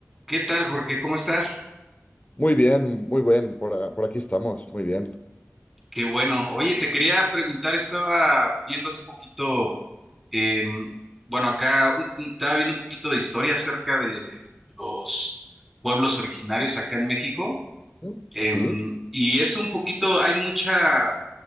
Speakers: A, in the centre; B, on the left.
A: ¿Qué tal, Jorge? ¿Cómo estás?
B: Muy bien, muy bien, por, a- por aquí estamos, muy bien.
A: Qué bueno. Oye, te quería preguntar, estaba viendo hace poquito, em, bueno, acá un- un- estaba viendo un poquito de historia acerca de los pueblos originarios acá en México.
B: ¿Mm?
A: em,
B: Sí,
A: y es un poquito, hay mucha,